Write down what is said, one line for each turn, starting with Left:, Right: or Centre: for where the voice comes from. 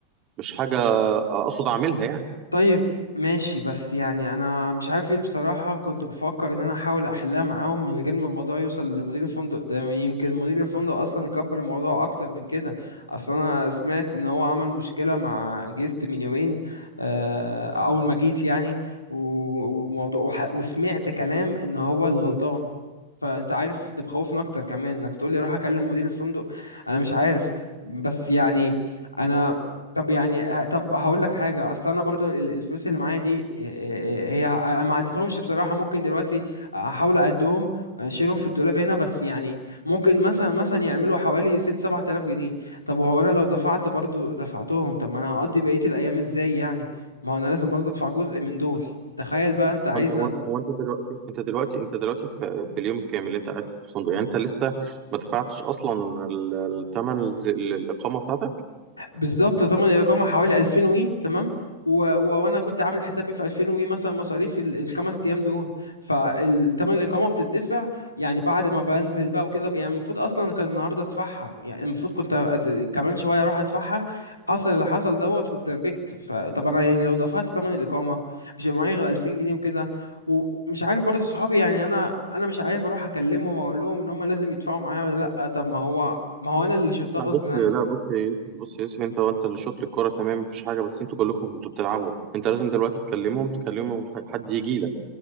Right: مش حاجه اقصد اعملها يعني
Left: طيب ماشي بس يعني انا مش عارف ايه بصراحة كنت بفكر ان انا احاول احلها معاهم من غير ما الموضوع يوصل لمدير الفندق ده يمكن مدير الفندق اصلا يكبر الموضوع اكتر من كده اصل انا سمعت ان هو عمل مشكلة مع جيست من يومين آه، اول ما جيت يعني و- وموضوع وح- وسمعت كلام ان هو الغلطان فانت عارف ده مخوفني اكتر كمان انك تقول لي روح اكلم مدير الفندق انا مش عارف بس يعني انا طب يعني ه- طب هقول لك حاجه اصل انا برضو ال- الفلوس اللي معايا دي إيه- إيه- هي انا ما عدتهمش بصراحه ممكن دلوقتي احاول اعدهم اشيلهم في الدولاب هنا بس يعني ممكن مثلا مثلا يعملوا حوالي 6 7000 جنيه طب وهو انا لو دفعت برضو دفعتهم طب ما انا هقضي بقيه الايام ازاي يعني ما هو انا لازم برضو ادفع جزء من دول تخيل بقى انت عايزنا
Right: هو انت هو هو انت دلوقتي انت دلوقتي انت دلوقتي في, في اليوم الكامل اللي انت قاعد فيه في الفندق يعني انت لسه ما دفعتش اصلا الثمن الاقامه بتاعتك
Left: بالظبط طبعا الإقامة حوالي 2000 وي تمام و... و... وأنا كنت عامل حسابي في 2000 وي مثلا مصاريف ال- الخمس أيام دول فالتمن الإقامة بتدفع يعني بعد ما بنزل بقى وكده يعني المفروض أصلا كان النهاردة أدفعها يعني المفروض كنت أد- كمان شوية أروح أدفعها حصل اللي حصل دوت واتدربكت فطب أنا يعني لو دفعت تمن الإقامة مش هيبقى معايا غير 2000 جنيه وكده ومش عارف برضه صحابي يعني أنا أنا مش عارف أروح أكلمهم أقول لهم إن هم لازم يدفعوا معايا ولا لأ طب ما هو ما هو أنا اللي شلتها
Right: لا
Left: غصب
Right: بص
Left: عني
Right: لا بص يا يوسف بص يا يوسف انت وانت اللي شوط للكرة تمام مفيش حاجة بس انتوا كلكم كنتوا بتلعبوا انت لازم دلوقتي تكلمهم تكلمهم ح- حد يجي لك